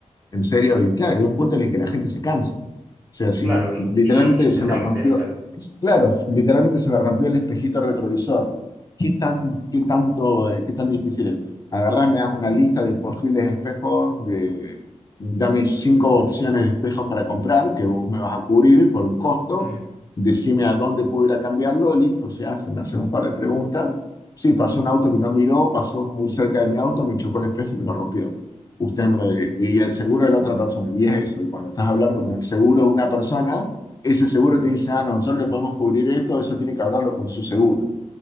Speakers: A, on the left; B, on the right.
A: en serio, y claro, hay un punto en el que la gente se cansa. O sea, si
B: Claro, y,
A: literalmente
B: y, y se
A: se
B: rinden
A: me rompió,
B: y tal.
A: claro, literalmente se me rompió el espejito retrovisor. ¿Qué tan, qué tanto, eh, qué tan difícil es? Agarrás, me das una lista de posibles espejos, de, dame cinco opciones de espejos para comprar, que vos me vas a cubrir por un costo,
B: Ujú.
A: decime a dónde puedo ir a cambiarlo, listo, se hace, me hace un par de preguntas. Sí, pasó un auto que no miró, pasó muy cerca de mi auto, me chocó el espejo y me lo rompió usted me lo debe- y el seguro de la otra persona. Y es eso, y cuando estás hablando con el seguro de una persona, ese seguro te dice, ah, no, nosotros le podemos cubrir esto, eso tiene que hablarlo con su seguro.